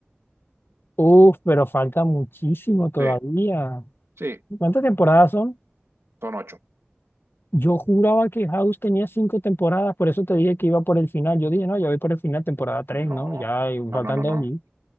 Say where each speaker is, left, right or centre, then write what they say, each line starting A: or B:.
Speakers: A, on the left; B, on the right.
A: Uf, pero falta muchísimo todavía.
B: Sí, sí,
A: ¿Cuántas temporadas son?
B: son ocho
A: Yo juraba que House tenía cinco temporadas, por eso te dije que iba por el final. Yo dije, no, ya voy por el final, temporada 3,
B: No,
A: ¿no? Ya y
B: no,
A: faltan
B: no, no,
A: dos
B: no.
A: y